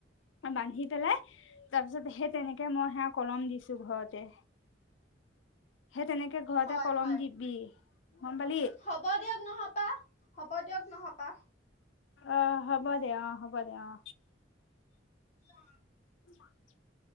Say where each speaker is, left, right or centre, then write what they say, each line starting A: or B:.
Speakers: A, on the left (about 80°); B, on the left (about 35°).
A: বান্ধি পেলাই। তাৰ পিছত সেই তেনেকে মই সেয়া কলম দিছো ঘৰতে। সেই তেনেকে ঘৰতে
B: হয়
A: কলম
B: হয়
A: দিবি গম পালি
B: হ'ব দিয়ক নহ আপা হ'ব দিয়ক। নহপা
A: অ হ'ব দে অ হ'ব দে অ।
B: বা।
A: উম।